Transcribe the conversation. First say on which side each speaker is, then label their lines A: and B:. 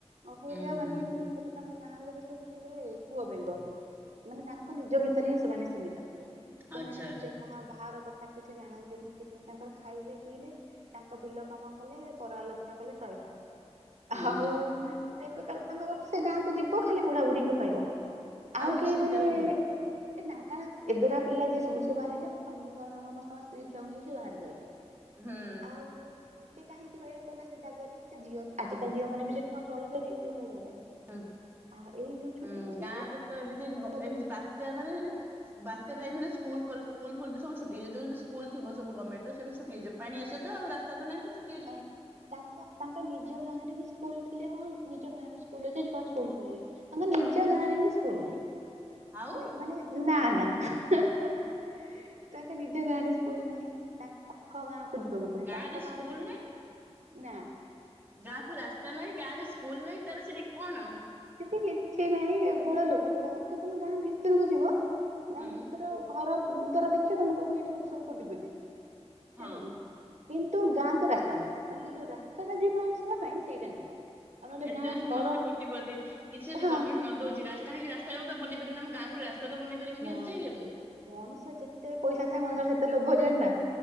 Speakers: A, on the right; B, on the right.
A: ମଫୁ
B: ହୁଁ
A: ଏରିଆ ମାନେ
B: ହୁଁ
A: ସେ ତ ତାଙ୍କ ନାଁ <unintelligible> ଥିଲେ। କୂଅ ବେଙ୍ଗ ମାନେ ତାଙ୍କ ନିଜ ଭିତରେ ହିଁ ସେମାନେ ସୀମିତ। ସେମାନେ
B: ଆଚ୍ଛା
A: ଏତେ
B: ଆଚ୍ଛା
A: କହା ବାହାର କଥା କିଛି ଜାଣନ୍ତିନି କିଛିନାଇଁ ତାଙ୍କର ଖାଇଲେ ପିଇଲେ ତାଙ୍କ ବିଲ କାମ କଲେ ପର ଆଲୋଚନା କଲେ ସଇଲା।
B: ହୁଁ
A: ହଉ ଏବେକାର ତାଙ୍କସେ ଗାଁକୁ ଯିବ ଖାଲି ବୁଢା ବୁଢୀଙ୍କୁ ପାଇବ। ଆଉ
B: କିଛି
A: କେହି
B: ଶିଖିବାକୁ
A: ମାନେ
B: ଦେଇନାହାନ୍ତି
A: ଏ ନା କାରଣ ଏବେ କା ପିଲା ଯିଏ ସବୁ ସେ ବାହା ହେଲେ, ସମସ୍ତଙ୍କ ସ୍ତ୍ରୀ ଛୁଆଙ୍କୁ ନେଇକି ବାହାରେ ରହିଲେ।
B: ହୁଁ
A: ଆଉ ସେ କାହିଁକି ରହିବେ କହୁନା ସେ ଜାଗାରେ ସେ ଝିଅ ଆଜିକାଲି
B: ହୁଁ।
A: ଝିଅ ମାନେ ବି ସେଠି କଣ ଚଳିପାରିବି ସେ ଭଳିଆ ଜାଗାରେ।
B: ହୁଁ
A: ଆଉ ଏଇ ଯୋଉ ଛୁଟି
B: ହୁଁ
A: ଫୁଟି
B: ଗାଁ
A: ହେଲା
B: ରେ ତ ଏମିତି ଏ
A: ରଜ
B: ଏମିତି ବାତ୍ୟା ମାନେ ବାତ୍ୟା ଟାଇମ ରେ ସ୍କୁଲ କ ସ୍କୁଲ ଫୁଲ୍ ସବୁ ଛୁଟି ହେଇଯିବ। ଯୋଉ ବି ସ୍କୁଲ୍ ଥିବ ସବୁ ଗମେଣ୍ଟରେ ସେ ବି ଛୁଟି ହେଇଯିବ। ପାଣି ଆସିବ ତ ଆଉ ରାସ୍ତା ତ ନାଇଁ ତ ଛୁ
A: ତା ତାଙ୍କ ତାଙ୍କ ନିଜ ଗାଁ ରେ ବି ସ୍କୁଲ ଥିଲେ ହଁ ନିଜ ଗାଁରେ ସ୍କୁଲ ଅଛି ଛୁଆ ସ୍କୁଲ ପଳେଇବେ, ତାଙ୍କ ନିଜ ଗାଁରେ ହିଁ ସ୍କୁଲ ନାହିଁ।
B: ଆଉ
A: ହେଲା କି ମାନେ ନା ନା <unintelligible> ତାଙ୍କ ନିଜ ଗାଁ ରେ ସ୍କୁଲ ନାହିଁ। ତାଙ୍କ ପାଖ ଗାଁ କୁ ଯିବାକୁ ପଡିବ।
B: ଗାଁରେ
A: ପାଖ ଗାଁକୁ
B: ସ୍କୁଲ
A: ଯୋ ନା।
B: ଗାଁ କୁ ରାସ୍ତା ନାହିଁ। ଗାଁ ରେ ସ୍କୁଲ ନାହିଁ ତାହେଲେ ସେଠି କଣ?
A: ସେଠି କିଛି ନାହିଁ କେବଳ ଲୋକ ଗୁଡାକ, ତମେ ଗାଁ ଭିତରକୁ ଯିବ ଗାଁ
B: ହୁଁ
A: ଭିତ ତ ଘର ଦ୍ଵାର ଦେଖିବ ତମେ କହିବ ଏଇଠି ବୋଧେ ସବୁ କୋଟିପତି
B: ହଁ
A: ହେଲା କି। କିନ୍ତୁ ଗାଁକୁ ରାସ୍ତା ନାହିଁ, ମାନେ ସେ ଯୋଉ ରାସ୍ତା ଟା ଯିବା ଆସିବା ପାଇଁ ସେଇଟା ନାହିଁ। ଆଉ ନହେଲେ
B: ଏତେ
A: ଗାଁ
B: ସମସ୍ତେ
A: ଘର
B: କୋଟିିପତି କିଚ୍ଛି ଯଦି
A: ହଁ
B: ଗମେଣ୍ଟ ନ ଦଉଛି ରାସ୍ତା ହିଁ ରାସ୍ତା ବନେଇପାରିବେ ଆମ ଗାଁକୁ ରାସ୍ତା ତ ବନେଇ ପାରିବି
A: ମ
B: ନିହାତି ଚାହିଁଲେ ମୁଁ।
A: ମଣିଷ ଯେତେ ପଇସା ଥାଏ ମଣିଷର ସେତେ ଲୋଭ ଜାଣିନା,